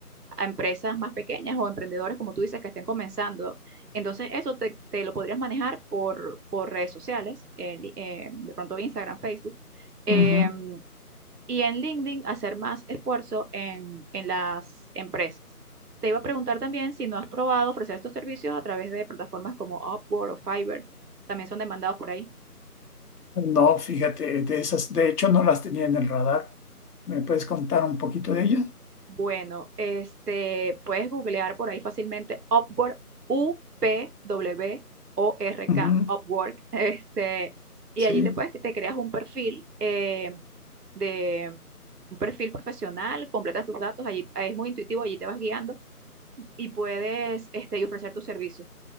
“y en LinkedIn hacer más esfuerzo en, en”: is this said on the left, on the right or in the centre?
Right